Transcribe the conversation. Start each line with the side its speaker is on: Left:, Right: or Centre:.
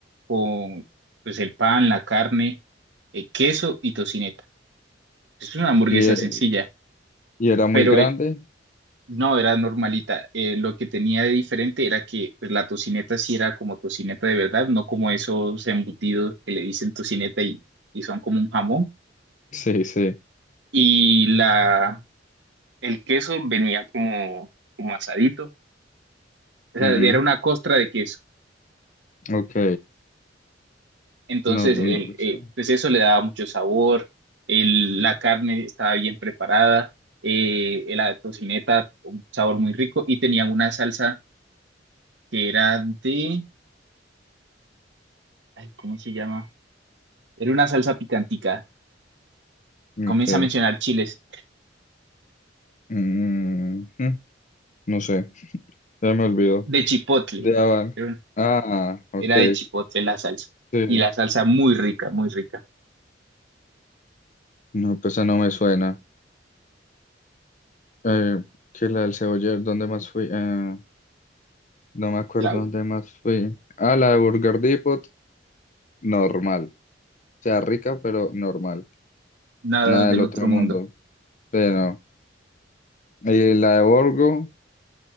Right: con pues el pan, la carne, eh, queso y tocineta. Es una hamburguesa
Left: ¿Y, eh,
Right: sencilla,
Left: y era muy
Right: pero
Left: grande?
Right: No, era normalita. Eh, lo que tenía de diferente era que pues, la tocineta sí era como tocineta de verdad, no como esos embutidos que le dicen tocineta y, y son como un jamón.
Left: Sí, sí.
Right: Y la, el queso venía como, como asadito. O sea,
Left: Ujú.
Right: era una costra de queso.
Left: Ok.
Right: Entonces,
Left: No, no,
Right: el,
Left: o sea,
Right: eh, pues eso le daba mucho sabor. El, la carne estaba bien preparada. eh, la tocineta, un sabor muy rico. Y tenía una salsa que era de, ay, ¿cómo se llama? Era una salsa picantica.
Left: ok.
Right: Comienza a mencionar chiles.
Left: Mm, mm, no sé. Ya me olvidó.
Right: De chipotle.
Left: De Aval.
Right: Era, un-
Left: Ah, ok.
Right: era de chipotle la salsa.
Left: Sí.
Right: Y la salsa muy rica, muy rica.
Left: No, pues esa no me suena. Eh, que la del Ceboller, ¿dónde más fui? Eh, no me acuerdo
Right: La,
Left: dónde más fui. Ah, la de Burger Depot. Normal. O sea, rica, pero normal.
Right: nada
Left: Nada
Right: del
Left: del otro
Right: otro mundo.
Left: mundo. Pero. Y la de Borgo.